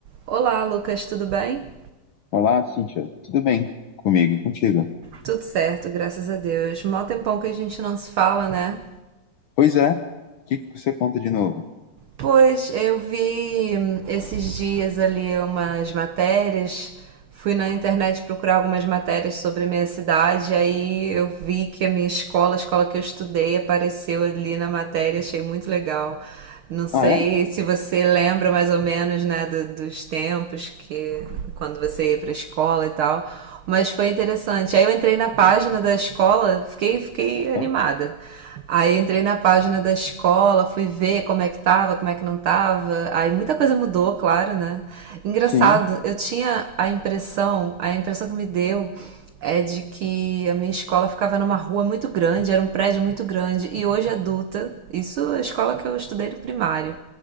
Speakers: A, on the right (about 85°); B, on the left (about 80°).
A: Olá, Lucas, tudo bem?
B: Olá, Cíntia. Tudo bem? Comigo e contigo?
A: Tudo certo, graças a Deus. Mó tempão que a gente não se fala, né?
B: Pois é. O que que você conta de novo?
A: Pois, eu vi hum, esses dias ali umas matérias, fui na internet procurar algumas matérias sobre a minha cidade, aí eu vi que a minha escola, a escola que eu estudei, apareceu ali na matéria, achei muito legal. Não sei
B: Ah, é?
A: se você lembra mais ou menos, né, do- dos tempos que quando você ia para a escola e tal, mas foi interessante. Aí eu entrei na página da escola, fiquei, fiquei animada.
B: Hã?
A: Aí entrei na página da escola, fui ver como é que tava, como é que não tava. Aí muita coisa mudou, claro, né? Engraçado,
B: Sim.
A: eu tinha a impressão, a impressão que me deu é de que a minha escola ficava numa rua muito grande, era um prédio muito grande. E hoje adulta, isso é a escola que eu estudei no primário.